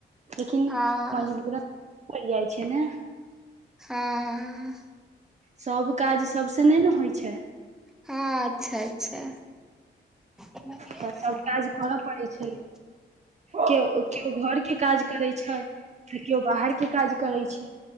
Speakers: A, on the right; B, in the centre.
A: लेकिन
B: हँ
A: मजबून पड़ि जाइत छै ने
B: हँ
A: सब काज सबसँ नहि ने होइ छै
B: हँ अच्छा अच्छा बात
A: तऽ सभ काज
B: <unintelligible>
A: करय पड़ै छै केओ केओ घर के काज करैत छै तऽ केओ बाहर के काज करैत छै